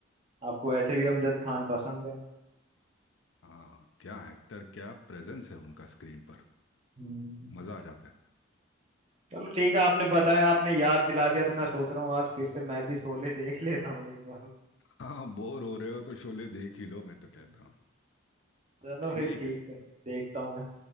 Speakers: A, on the right; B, on the left.
A: आपको वैसे भी अमजद खान पसंद है
B: हाँ क्या एक्टर क्या प्रेजेंस है उनका स्क्रीन पर
A: हम्म
B: मज़ा आ जाता है
A: चलो ठीक है आपने बताया आपने याद दिला दिया तो मैं सोच रहा हूँ आज फिर से मैं भी शोले देख <laughs> लेता हूँ एक बार
B: हाँ बोर हो रहे हो तो शोले देख ही लो मैं तो कहता
A: हम्म।
B: हूँ
A: चलो
B: ठीक
A: फिर ठीक
B: है
A: है देखता हूँ मैं